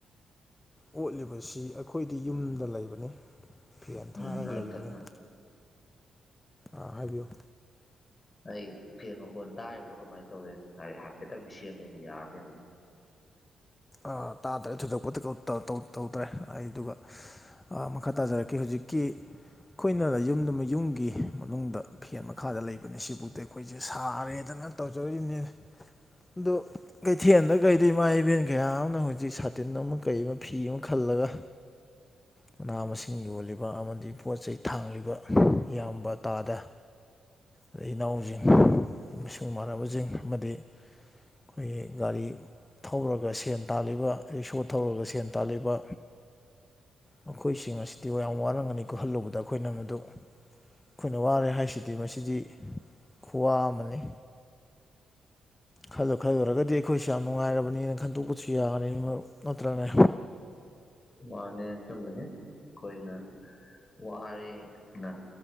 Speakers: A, on the left; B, on the left.
A: ꯑꯣꯠꯂꯤꯕꯁꯤ ꯑꯩꯈꯣꯏꯗꯤ ꯌꯨꯝꯗ ꯂꯩꯕꯅꯤ ꯐꯦꯟ ꯊꯥꯔꯒ
B: ꯎꯝ ꯉꯛ
A: ꯂꯩꯕꯅꯤ
B: ꯊꯠꯅ
A: ꯑꯥ ꯍꯥꯏꯕꯤꯌꯨ
B: ꯑꯩ ꯐꯦꯟ ꯃꯈꯣꯟ ꯇꯥꯔꯤꯕ꯭ꯔ‌ꯣ ꯀꯃꯥꯏ ꯇꯧꯋꯦ ꯑꯩ ꯍꯥꯏꯐꯦꯠꯇꯪꯗꯤ ꯁꯦꯝꯕꯅꯤ ꯌꯥꯔꯕ꯭ꯔ ꯌ‌ꯦꯡ ꯉꯨ__
A: ꯑꯥ ꯇꯥꯗ꯭ꯔꯦ ꯊꯣꯏꯗꯣꯛꯄꯗꯤ ꯀꯅꯣ ꯇꯧ ꯇꯧ ꯇꯧꯗ꯭ꯔꯦ ꯑꯩ ꯑꯗꯨꯒ ꯑꯥ ꯃꯈꯥ ꯇꯥꯖꯔꯛꯀꯦ ꯍꯨꯖꯤꯛꯀꯤ ꯑꯩꯈꯣꯏꯅꯒ ꯌꯨꯝꯗ ꯌꯨꯝꯒꯤ ꯃꯅꯨꯡꯗ ꯐꯦꯟ ꯃꯈꯥꯗ ꯂꯩꯕꯅꯤ ꯁꯤꯕꯨꯛꯇ ꯑꯩꯈꯣꯏꯖꯦ ꯁꯥꯔꯦꯗꯅ ꯇꯧꯖꯔꯤꯝꯅꯤꯌꯦ ꯑꯗꯨ ꯀꯩꯊꯦꯟꯗ ꯀꯩꯗꯣ ꯏꯃꯥ ꯏꯕꯦꯟ__ ꯀꯌꯥ ꯑꯃꯅ ꯍꯧꯖꯤꯛ ꯁꯥꯇꯤꯟ ꯑꯃ ꯀꯩ ꯑꯃ ꯐꯤ ꯑꯃ ꯈꯜꯂꯒ ꯃꯅꯥ ꯃꯁꯤꯡ ꯌꯣꯜꯂꯤꯕ ꯑꯃꯗꯤ ꯄꯣꯠ ꯆꯩ ꯊꯥꯡꯂꯤꯕ ꯏꯌꯥꯝꯕ ꯇꯥꯗ ꯑꯗꯩ ꯏꯅꯥꯎꯖꯤꯡ ꯏꯂꯨꯡ ꯏꯃꯥꯟꯅꯕꯖꯤꯡ ꯑꯃꯗꯤ ꯑꯩꯈꯣꯏꯒꯤ ꯒꯥꯔꯤ ꯊꯧꯔꯒ ꯁꯤ__ ꯌꯦꯟ ꯇꯥꯜꯂꯤꯕ ꯔꯤꯛꯁ‌ꯣ ꯊꯧꯔꯒ ꯁꯦꯟ ꯇꯥꯜꯂꯤꯕ ꯃꯈꯣꯏꯁꯤꯡ ꯑꯁꯤꯗꯤ ꯌꯥꯝ ꯋꯥꯔꯝꯒꯅꯤꯀꯣ ꯍꯜꯂꯨꯕꯗ ꯑꯩꯈꯣꯏꯅ ꯃꯗꯨ ꯑꯩꯈꯣꯏꯅ ꯋꯥꯔꯦ ꯍꯥꯏꯁꯤꯗꯤ ꯃꯁꯤꯗꯤ ꯈꯨꯋꯥ ꯑꯃꯅꯤ ꯈꯜꯂꯨ-ꯈꯜꯂꯨꯔꯒꯗꯤ ꯑꯩꯈꯣꯏꯁꯦ ꯌꯥꯝ ꯅꯨꯡꯉꯥꯏꯔꯕꯅꯤꯅ ꯈꯟꯗꯣꯛꯄ__ ꯁꯤ ꯌꯥꯔꯤꯝ ꯃꯔꯨꯞ ꯅꯠꯇ꯭ꯔꯅꯦ
B: ꯃꯥꯅꯦ ꯑꯆꯨꯝꯕꯅꯤ ꯑꯩꯈꯣꯏꯅ ꯋꯥꯔꯦꯅ